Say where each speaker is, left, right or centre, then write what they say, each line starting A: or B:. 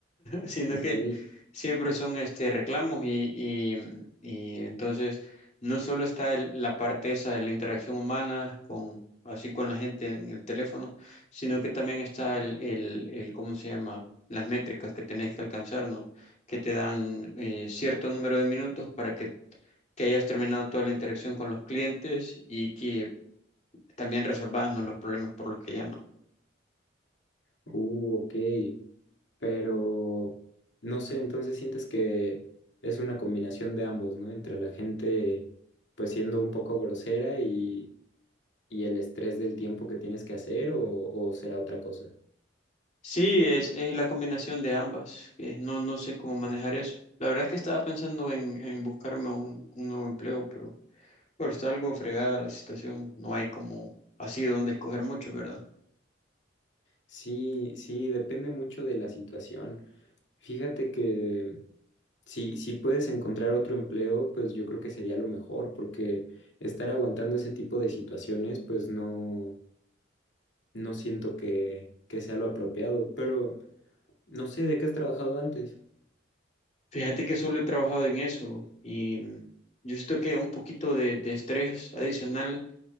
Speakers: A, on the left (about 35°); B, on the left (about 70°).
A: sino
B: Ok,
A: que siempre son este reclamos y, y- y entonces no solo está el- la parte esa de la interacción humana con así con la gente en el teléfono, sino que también está el, el, el ¿cómo se llama? las métricas que tenés que alcanzar, ¿no? Que te dan eh, cierto número de minutos para que, que hayas terminado toda la interacción con los clientes y que también resolvas, ¿no? los problemas por los que llaman.
B: uh, ok, pero no sé, entonces sientes que es una combinación de ambos, ¿no? Entre la gente pues siendo un poco grosera y, y el estrés del tiempo que tienes que hacer o, o será otra cosa.
A: Sí, es, es la combinación de ambas. eh, no, no sé cómo manejar eso. La verdad es que estaba pensando en, en buscarme un, un nuevo empleo, pero, pero está algo fregada la situación. No hay como así donde escoger mucho, ¿verdad?
B: Sí, sí, depende mucho de la situación. Fíjate que... Si, si puedes encontrar otro empleo, pues yo creo que sería lo mejor, porque estar aguantando ese tipo de situaciones, pues no, no siento que, que sea lo apropiado. Pero no sé, ¿de qué has trabajado antes?
A: Fíjate que solo he trabajado en eso y mm, yo siento que un poquito de, de estrés adicional